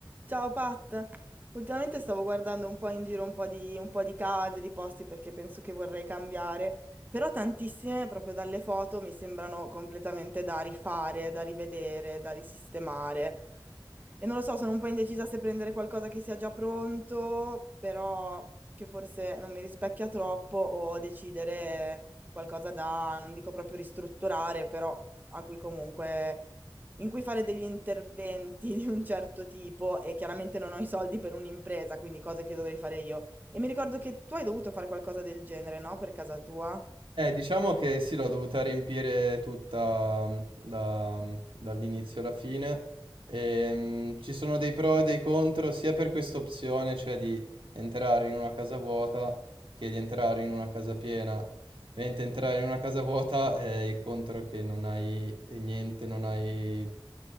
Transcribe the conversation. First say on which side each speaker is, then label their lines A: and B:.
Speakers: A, on the right; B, on the right.
A: Ciao Pat, ultimamente stavo guardando un po' in giro un po' di, un po' di case, di posti perché penso che vorrei cambiare, però tantissime proprio dalle foto mi sembrano completamente da rifare, da rivedere, da risistemare. E non lo so, sono un po' indecisa se prendere qualcosa che sia già pronto, però che forse non mi rispecchia troppo, o decidere qualcosa da, non dico proprio ristrutturare, però a cui comunque in cui fare degli interventi <laughs> di un certo tipo e chiaramente non ho i soldi per un'impresa, quindi cose che dovrei fare io. E mi ricordo che tu hai dovuto fare qualcosa del genere, no? Per casa tua?
B: Eh, diciamo che sì, l'ho dovuta riempire tutta mm, da- dall'inizio alla fine. Ehm, ci sono dei pro e dei contro sia per questa opzione, cioè di entrare in una casa vuota, che di entrare in una casa piena. Ovviamente entrare in una casa vuota è il contro che non hai eh, niente, non hai,